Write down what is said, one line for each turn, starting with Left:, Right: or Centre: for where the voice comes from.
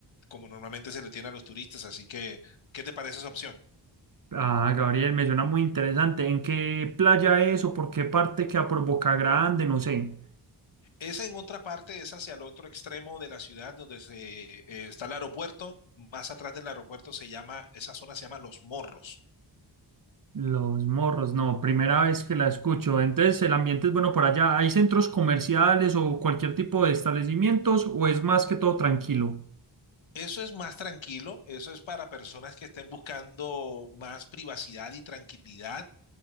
Left: como normalmente se le tiene a los turistas. Así que, ¿qué te parece esa opción?
Right: Ah, Gabriel, me suena muy interesante. ¿En qué playa es o por qué parte queda por Boca Grande? No sé.
Left: Esa en otra parte es hacia el otro extremo de la ciudad donde se, eh, está el aeropuerto. Más atrás del aeropuerto se llama, esa zona se llama Los Morros.
Right: Los Morros, no, primera vez que la escucho. Entonces, el ambiente es bueno por allá. ¿Hay centros comerciales o cualquier tipo de establecimientos o es más que todo tranquilo?
Left: Eso es más tranquilo, eso es para personas que estén buscando más privacidad y tranquilidad.